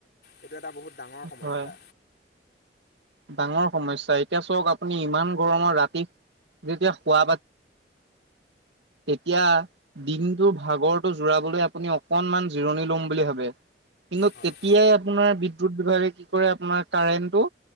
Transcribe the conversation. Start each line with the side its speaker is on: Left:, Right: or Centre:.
Left: এইটো এটা বহুত ডাঙৰ সমস্যা।
Right: হয় ডাঙৰ সমস্যা, এতিয়া চাওক আপুনি ইমান গৰমৰ ৰাতি যেতিয়া শুৱা বাত তেতিয়া। দিনটোৰ ভাগৰটো জিৰাবলৈ আপুনি অকনমান জিৰণি লওঁ বুলি ভাবে। কিন্তু
Left: হয়
Right: তেতিয়াই আপোনাৰ বিদ্যুৎ বিভাগে কি কৰে, আপোনাৰ কাৰেণ্টটো